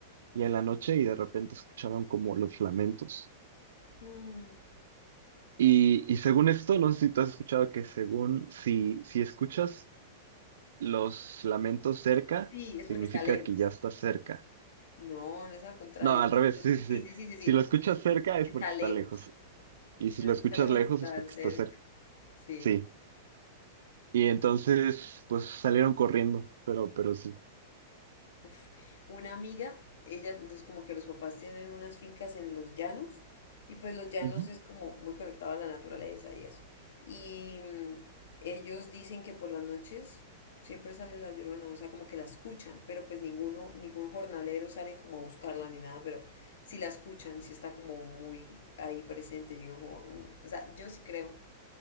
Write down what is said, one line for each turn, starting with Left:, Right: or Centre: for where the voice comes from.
Right: y en la noche y de repente escucharon como los lamentos
Left: Mm,
Right: Y, y según esto, no sé si tú has escuchado que según si, si escuchas los lamentos cerca,
Left: Sí, es
Right: significa
Left: porque está lejos.
Right: que ya estás cerca.
Left: No, no es al contrario.
Right: No, al
Left: es
Right: revés,
Left: que si lo
Right: sí, sí,
Left: escu- Sí,
Right: sí.
Left: sí, sí, sí, sí.
Right: Si lo escuchas cerca es
Left: Está
Right: porque está
Left: lejos.
Right: lejos. Y
Left: Si
Right: si lo
Left: lo escucha
Right: escuchas
Left: lejos,
Right: lejos
Left: está
Right: es porque
Left: cerca.
Right: está cerca.
Left: Sí.
Right: Sí. Y entonces, pues salieron corriendo, pero, pero sí.
Left: Uf, una amiga, ella los, como que los papás tienen unas fincas en los llanos y pues los llanos
Right: Ujú.
Left: es como muy conectado a la naturaleza y eso. Y mm, ellos dicen que por las noches siempre sale la llorona, o sea, como que la escuchan, pero pues ninguno, ningún jornalero sale como a buscarla ni nada, pero si la escuchan, si está como muy ahí presente, yo digo como, uf, o sea, yo sí creo,